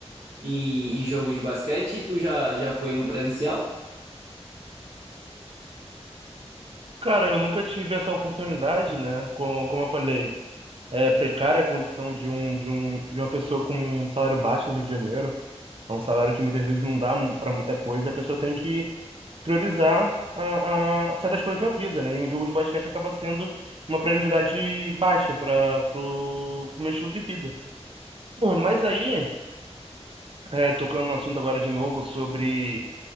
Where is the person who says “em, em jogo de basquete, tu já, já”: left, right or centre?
Right